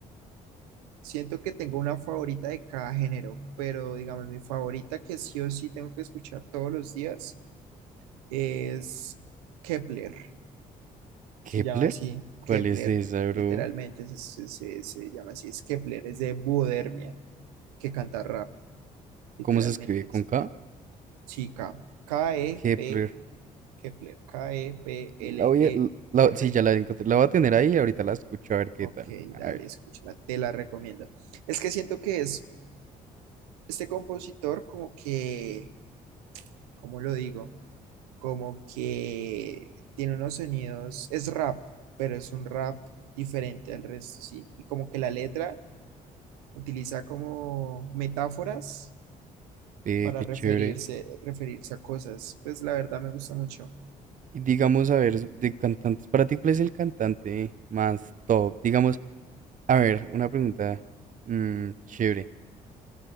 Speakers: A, on the right (about 85°); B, on the right (about 45°).
A: Siento que tengo una favorita de cada género, pero digamos, mi favorita que sí o sí tengo que escuchar todos los días es Kepler.
B: ¿Kepler?
A: Se llama así,
B: ¿Cuál
A: Kepler,
B: es esa, bro?
A: literalmente se, se- se- se llama así, es Kepler, es de Buodermia, que canta rap, literalmente
B: ¿Cómo se escribe? ¿Con
A: se
B: K?
A: llama. Sí, K, e
B: Kepler.
A: p Kepler, K-E-P-L-E-R.
B: La voy a, la- sí, ya la encontré. La voy a tener ahí y ahorita la escucho a ver qué
A: Ok,
B: tal.
A: dale,
B: A ver.
A: escúchala, te la recomiendo. Es que siento que es este compositor como que, ¿cómo lo digo? Como que tiene unos sonidos, es rap, pero es un rap diferente al resto, sí. Y como que la letra utiliza como metáforas
B: Ve,
A: para
B: qué
A: referirse,
B: chévere.
A: referirse a cosas. Pues la verdad me gusta mucho.
B: Y digamos, a ver, de cantantes, para ti, ¿cuál es el cantante más top? Digamos, A ver, una pregunta mm, chévere.